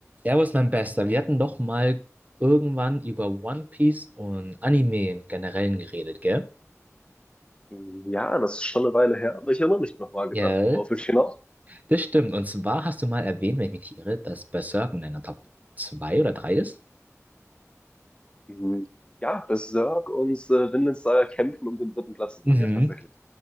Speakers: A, on the right; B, on the left.
A: Servus, mein Bester. Wir hatten doch mal irgendwann über One Piece und Anime im Generellen geredet, gell?
B: Ja, das ist schon eine Weile her, aber ich erinnere mich noch vage
A: Ja,
B: dran. Worauf will ich hinaus?
A: das stimmt. Und zwar hast du mal erwähnt, wenn ich mich nicht irre, dass Berserk in deiner Top 2 oder drei ist.
B: Mhm. Ja, Berserk und äh, Vinland Saga kämpfen um den dritten Platz
A: Mhm.
B: bei mir tatsächlich.